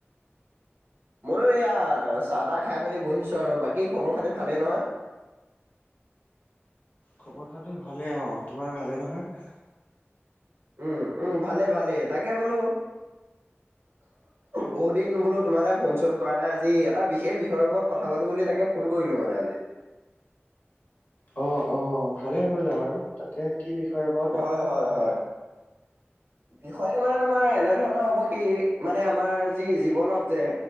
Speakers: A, on the right; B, on the left.
A: মইয়ো এয়া চাহ-তাহ খাই মেলি বহিছোঁ আৰু। বাকী খবৰ খাতি ভালেই নহয়?
B: খবৰ খাটি ভালে আৰু। তোমাৰ ভালেই নহয়?
A: উম', উম' ভালেই ভালেই তাকে বোলো বহুত দিন বোলো তোমালে ফোন-চোন কৰা নাই, আজি এটা বিশেষ বিষয়ৰ ওপৰত কথা পাতো বুলি তাকে ফোন কৰিলোঁ মানে আজি।
B: অহ', অহ' ভালে কৰিলা বাৰু তাকে কি বিষয়ে বা
A: হয়, হয়, হয়। বিষয়টো মানে তোমাৰ এনে ধৰণৰ হ'ব কি, মানে আমাৰ যি জীৱনত যে